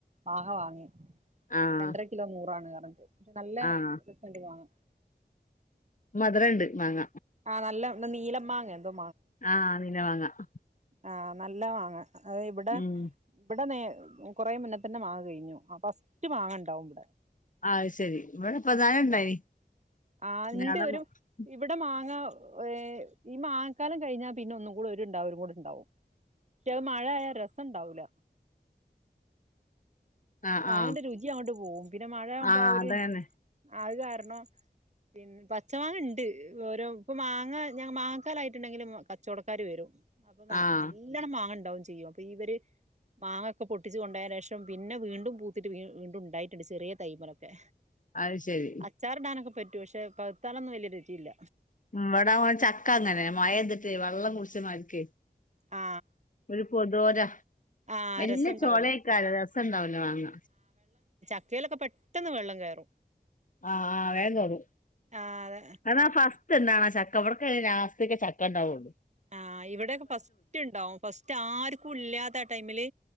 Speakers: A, on the right; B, on the left.
A: മാങ്ങ വാങ്ങി <unintelligible>
B: ആഹ്
A: രണ്ടര കിലോ <unintelligible> നല്ല
B: ആഹ്
A: രസണ്ട് മാങ്ങ
B: മധുര ഉണ്ട് മാങ്ങ
A: ആ നല്ല നീലം മാങ്ങ എന്തോ
B: ആ നീലം മാങ്ങാ ആ
A: ആ നല്ല മാങ്ങ അതെ ഇവിടെ
B: ഉം
A: ഇവിടെ നേ കൊറെേ മുന്നെ തന്നെ വാങ്ങി കഴിഞ്ഞു ഫസ്റ്റ് വാങ്ങണ്ടാവും ഇവിടെ
B: ആഹ് ശെരി ഇവിടെ പ്രധാന
A: എന്നിട്ട്
B: ഇണ്ടനി
A: ആ
B: <unintelligible>
A: ഇണ്ട് ഒരു ഇവിടെ മാങ്ങ ഏ ഈ മാങ്ങക്കാലം കഴിഞ്ഞാൽ പിന്നെ ഒന്നും കൂടെ ഒരുണ്ടാ ണ്ടാവും മറ്റേത് മഴ ആയാ രസ രസണ്ടാവൂല
B: ആഹ്
A: മാങ്ങന്റെ
B: ആഹ്
A: രുചി അങ്ങോട്ട് പോകും പിന്നെ മഴയാകുമ്പോ
B: ആഹ്
A: അവര്-
B: അതന്നെ
A: അത് കാരണം പിന്നെ പച്ചമാങ്ങ ഇണ്ട് ഓരോ ഇപ്പൊ മാങ്ങ ഞ മാ ക്കാലായിട്ടുണ്ടെങ്കിലും കച്ചവടക്കാര് വരും. അപ്പൊ ന
B: ആഹ്
A: നല്ലോണം മാങ്ങൻ ണ്ടാവും ചെയ്യും. അപ്പൊ ഇവര് മാങ്ങൊക്കെ പൊട്ടിച്ചു കൊണ്ടേയേനു ശേഷം പിന്നെ വീ ണ്ടും പൂത്തിട്ട് വീ വീണ്ടും ഉണ്ടായിട്ടുണ്ട് ചെറിയ തൈമലൊക്കെ.
B: അത് ശരി
A: അച്ചാറിടാനൊക്കെ പറ്റ് റ്റു. പക്ഷെ പഴ്ത്താലൊന്നും വലിയ രുചിയില്ല.
B: ഉം ഇവടാ ചക്ക അങ്ങനെ. മഴെയ്തിട്ടേ വെള്ളം കുടിച്ച മാരിക്കേ
A: ആ
B: ഒരു പൊതോരാ.
A: ആ
B: വല്ല്യ
A: രസം ഉണ്ടാവൂല
B: ചൊളേക്കാര രസണ്ടാവൂലോ വാങ്ങ
A: ക്കേയിലൊക്കെ പെട്ടെന്ന് വെള്ളം കേറും.
B: ആഹ് ആഹ് വേം കേറും
A: ആഹ് അതെ
B: അതാ ഫസ് റ്റ്ണ്ടാണ ചക്ക ഇവട്ക്കയ്ന് ലാസ്റ്റ്ക്കെ ചക്കണ്ടാവൊള്ളൂ.
A: ആഹ് ഇവിടെയൊക്കെ ഫസ്റ്റ് ഉണ്ടാവും ഫസ്റ്റ് ആർക്കും ഇല്ലാത്ത ആ ടൈമില്